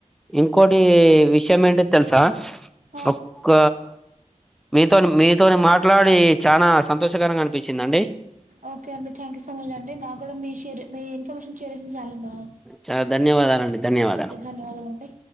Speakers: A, in the centre; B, on the right.
A: ఇంకోటీ విషయం ఏంటిద్ తెలుసా
B: ఆ
A: ఒక్క మీతోని మీతోని మాట్లాడి చానా సంతోషకరంగా అనిపిచ్చిందండి
B: ఓకే అండి థ్యాంక్యూ సో మచ్ అండి నా కూడా మీ శిర్ మీ ఇన్ఫర్మేషన్ షేర్ చేసి చాల
A: చాలా ధన్యవాదాలండి ధన్యవాదాలు
B: ఓకే ధన్యవాదాలండి